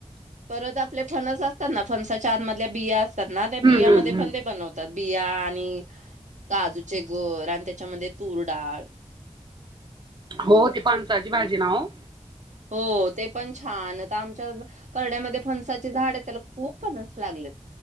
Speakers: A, on the right; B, on the right.
A: परत आपले फनस असतात ना फनसाच्या आतमधल्या बियास अस ना त्या
B: हम्म
A: बिमध्ये
B: हम्म हम्म
A: पण ते बनवतात बी या नी काजूचे गोर, आणि त्याच्यामध्ये तूर डाळ.
B: हो ती फणसाची भाजी ना हो.
A: हो ते पण छान, आता आमच्या परड्यामध्ये फणसाचे झाड हे, त्याला खूप फनस, लागलेत.